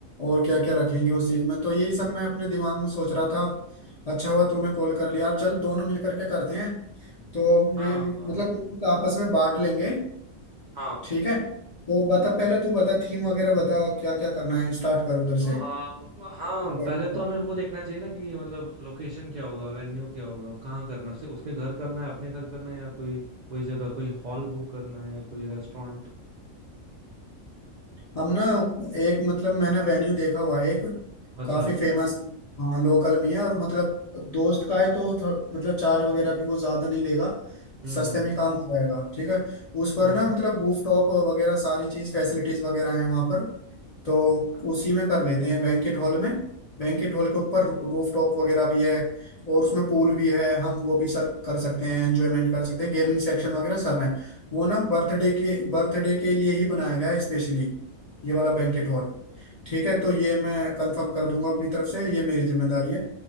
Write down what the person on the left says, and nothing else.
और क्या क्या रखेंगे उस चीज में तो यही सब मैं अपने दिमाग में सोच रहा था अच्छा हुआ तूने कॉल कर लिया यार, चल दोनों मिल करके करते हैं तो
मैं
मतलब कुछ कुछ आपस में बांट लेंगे
ठीक है तो बता पहले तू बता थीम वगैरह बता क्या क्या करना है स्टार्ट कर उधर
से
क्या
क्या
कर
हम ना एक मतलब मैंने वेन्यू देखा हुआ है एक
काफी
फेमस हाँ लोकल में है और मतलब दोस्त का है तो थो- मतलब चार्ज वगैरह भी वो ज्यादा नहीं लेगा
सस्ते
में ही काम हो जाएगा ठीक है उस पर
ना मतलब रूफ टॉप वगैरह सारी चीज फैसिलिटीज वगैरह है वहाँ पर तो
उसी में कर लेते हैं बैंकेट हॉल में बैंकेट हॉल के ऊपर रूफ टॉप वगैरह भी है और उसमें पूल भी है हम वो भी सर कर सकते हैं एंजॉयमेंट कर सकते हैं गेमिंग सेक्शन वगैरह सब है वो ना बर्थडे के बर्थडे के लिए ही बनाया गया है स्पेशली ये वाला बैंकेट हॉल ठीक है तो ये मैं कंफर्म कर दूंगा अपनी तरफ से ये मेरी जिम्मेदारी है